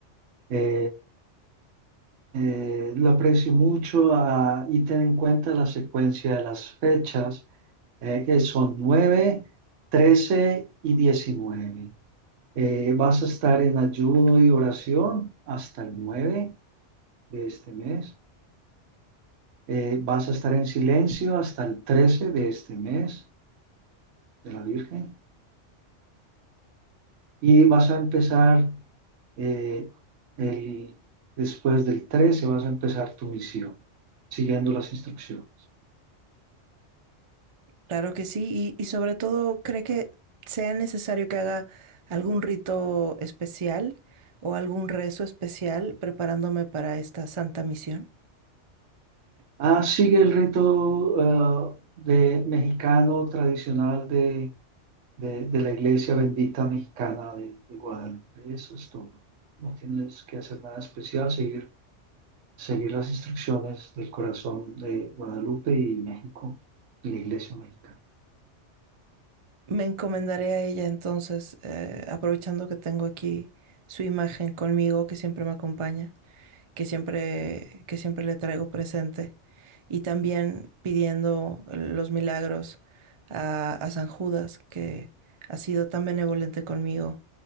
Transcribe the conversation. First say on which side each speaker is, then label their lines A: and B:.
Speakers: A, on the right (about 85°); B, on the right (about 40°).
A: eh, eh, lo aprecio mucho ah, y ten en cuenta la secuencia de las fechas, eh, que son 9, 13 y 19. Eh, vas a estar en ayuno y oración hasta el 9 de este mes. Eh, vas a estar en silencio hasta el 13 de este mes de la Virgen. y vas a empezar eh, el- después del 13 vas a empezar tu misión, siguiendo las instrucciones.
B: Claro que sí, y, y sobre todo cree que sea necesario que haga algún rito especial o algún rezo especial preparándome para esta santa misión.
A: Ah, sigue el rito ah, de mexicano tradicional de, de- de la iglesia bendita mexicana de, de Guadalupe. Eso es todo. No tienes que hacer nada especial, seguir, seguir las instrucciones del corazón de Guadalupe y México, de la iglesia mexicana.
B: Me encomendaré a ella entonces, eh, aprovechando que tengo aquí su imagen conmigo, que siempre me acompaña, que siempre, que siempre le traigo presente, y también pidiendo los milagros a, a San Judas, que ha sido tan benevolente conmigo,